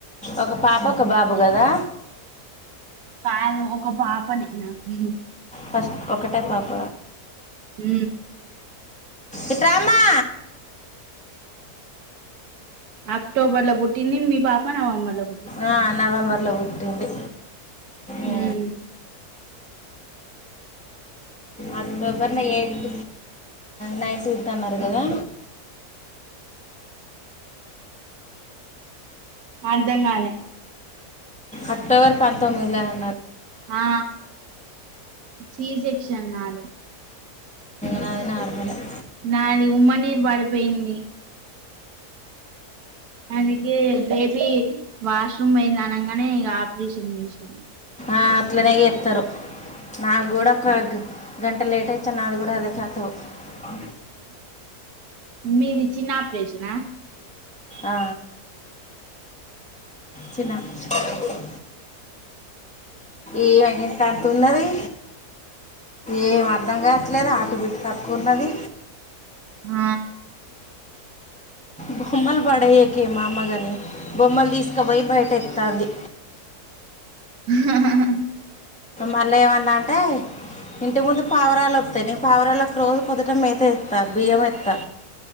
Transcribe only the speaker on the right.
కాదు ఒక పాపనే నాకి
ఊ
అక్టోబర్లో పుట్టింది మీ పాపా నవంబర్ లో పుట్టిం
ఉమ్
అర్థంకాలే
ఆ సి సెక్షన్ నాది
నా అది ఉమ్మ నీరు బడి అ పోయింది అందుకే బేబీ వాష్రూమ్ పోయియింది అనంగానే ఇ ఆపరేషన్ చేసిరి.
మీది చిన్న ఆపరేషన్ ఆ
ఆ
హ హ హ